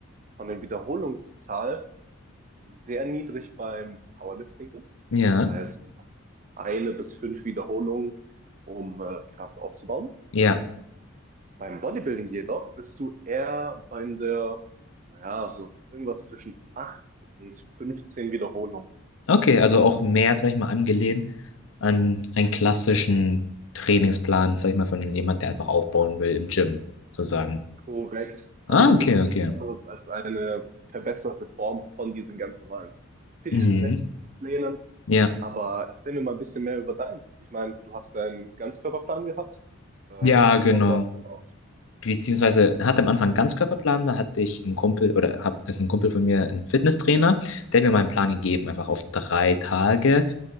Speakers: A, on the right; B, on the left.
A: von der Wiederholungszahl sehr niedrig beim Powerlifting bist.
B: Ja,
A: Heißt, du machst eine bis fünf Wiederholungen, um äh, Kraft aufzubauen.
B: ja.
A: Beim Bodybuilding jedoch bist du eher bei der, naja, so irgendwas zwischen 8 und 15 Wiederholungen.
B: Okay, also auch mehr, sag ich mal, angelehnt an einen klassischen Trainingsplan, sag ich mal, von jemand, der einfach aufbauen will im Gym, sozusagen.
A: Korrekt. An
B: Ah,
A: sich
B: okay,
A: ist es
B: okay.
A: nichts anderes als eine verbesserte Form von diesen ganz normalen Fitnessplänen.
B: Mhm. Ja.
A: Aber erzähl mir mal ein bisschen mehr über deins. Ich meine, du hast deinen Ganzkörperplan gehabt. Ähm,
B: Ja,
A: wie
B: genau.
A: genau sah das denn aus?
B: Beziehungsweise hatte am Anfang einen Ganzkörperplan, da hatte ich einen Kumpel, oder hab, ist ein Kumpel von mir, ein Fitnesstrainer, der hat mir mal einen Plan gegeben, einfach auf drei Tage.